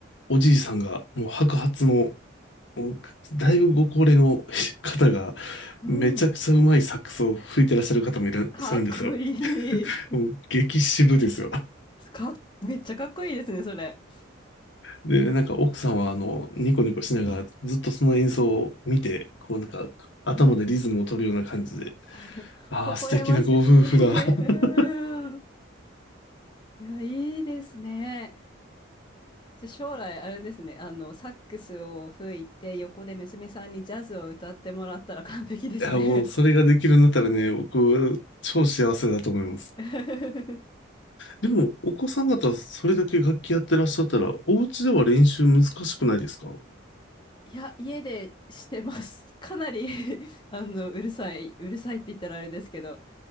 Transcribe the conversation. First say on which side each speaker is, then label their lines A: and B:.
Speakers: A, on the left; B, on the left.
A: おじいさんがもう白髪のもうだいぶご高齢の <laughs> 方が、
B: うん。
A: めちゃくちゃうまいサックスを吹いてらっしゃる方もいらっしゃるんですよ。
B: かっこいい。
A: もう激渋ですよ。
B: かっ、めっちゃかっこいいですね、それ。
A: で、なんか奥さんは、あの、ニコニコしながら、ずっとその演奏を見て、こうなんか、頭でリズムを取るような感じで、
B: あ、なんか <laughs>
A: ああ、
B: 微笑ましい。
A: 素敵なご夫婦だ。
B: <laughs> うん。
A: <laughs>
B: いや、いいですね。じゃあ将来、あれですね、あの、サックスを吹いて、横で娘さんにジャズを歌ってもらったら完璧ですね。
A: いや、もうそれができるんだったらね、僕、超幸せだと思います。
B: <laughs>
A: でも、お子さん方、それだけ楽器やってらっしゃったら、お家では練習難しくないですか
B: いや、家でしてます。かなり <laughs> あの、うるさい、うるさいって言ったらあれですけど、